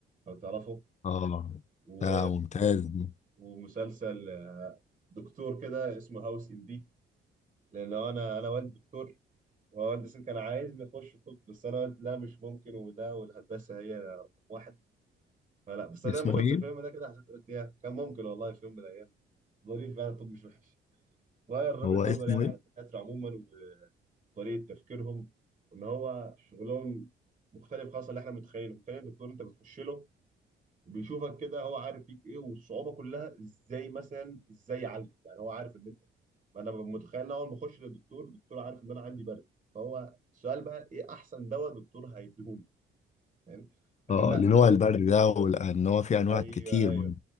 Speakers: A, on the right; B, on the left.
A: لو تعرفه
B: اه
A: و...
B: ده ممتاز ده.
A: ومسلسل آه، دكتور كده اسمه هاوس ام دي لأن لو أنا أنا والدي دكتور ووالدي سن كان عايزني أخش طب بس أنا قلت لا مش ممكن وده والهندسة هي رقم واحد فلا بس أنا
B: اسمه
A: لما شفت
B: ايه
A: الفيلم ده كده حسيت قلت يا كان ممكن والله في يوم من الأيام ظريف يعني الطب مش وحش غير وجهة
B: هو
A: نظري
B: اسمه
A: يعني
B: ايه
A: على الدكاترة عموما طريقه تفكيرهم ان هو شغلهم مختلف خالص عن اللي احنا متخيلينه متخيل الدكتور انت بتخش له وبيشوفك كده هو عارف فيك ايه والصعوبه كلها ازاي مثلا ازاي يعالجك يعني هو عارف ان انت انا ببقى متخيل ان اول ما اخش للدكتور الدكتور عارف ان انا عندي برد فهو السؤال بقى ايه احسن دواء دكتور هيديهوني فاهم لكن
B: اه
A: لا
B: اه لنوع
A: يعني
B: البرد ده وان هو في انواع
A: ايوه
B: كتير
A: ايوه
B: منه